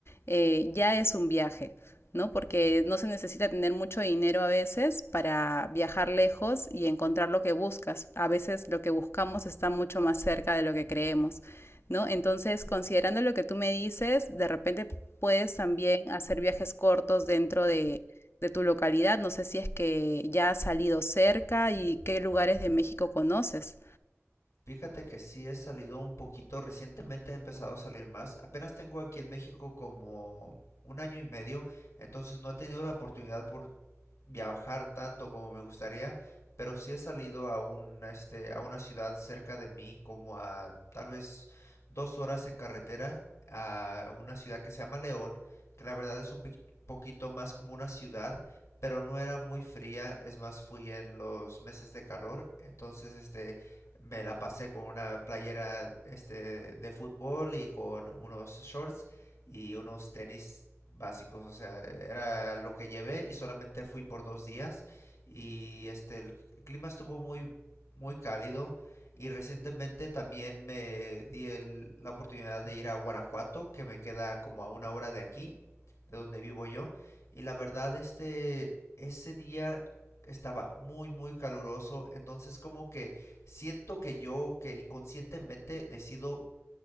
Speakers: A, on the left (about 55°); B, on the left (about 85°).
A: eh, ya es un viaje. ¿no? Porque no se necesita tener mucho dinero a veces para viajar lejos y encontrar lo que buscas. A veces lo que buscamos está mucho más cerca de lo que creemos, ¿no? Entonces, considerando lo que tú me dices, de repente puedes también hacer viajes cortos dentro de, de tu localidad. No sé si es que ya has salido cerca y qué lugares de México conoces.
B: Fíjate que sí he salido un poquito, recientemente he empezado a salir más. Apenas tengo aquí en México como un año y medio, entonces no he tenido la oportunidad por viajar tanto como me gustaría, pero sí he salido a una, este, a una ciudad cerca de mí, como a tal vez dos horas en carretera, a una ciudad que se llama León, que la verdad es un pi- poquito más como una ciudad, pero no era muy fría, es más fui en los meses de calor, entonces este me la pasé con una playera este de fútbol y con unos shorts y unos tenis básicos, o sea, era lo que llevé y solamente fui por dos días y este el clima estuvo muy muy cálido y recientemente también me di el- la oportunidad de ir a Guanajuato que me queda como a una hora de aquí de donde vivo yo y la verdad este ese día estaba muy muy caluroso entonces como que siento que yo que inconscientemente decido